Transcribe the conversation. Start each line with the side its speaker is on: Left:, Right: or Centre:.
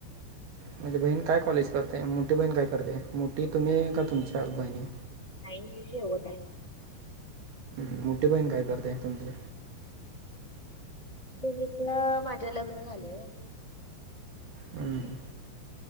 Right: म्हणजे बहीण काय कॉलेज करते मोठी बहीण काय करते मोठी तुम्ही का तुमच्या बहिणी.
Left: नाही मी शेवट आहे.
Right: मोठे बहीण काय करतेय तुमची?
Left: बनीच माझ्या लग्न झालय.
Right: हम्म...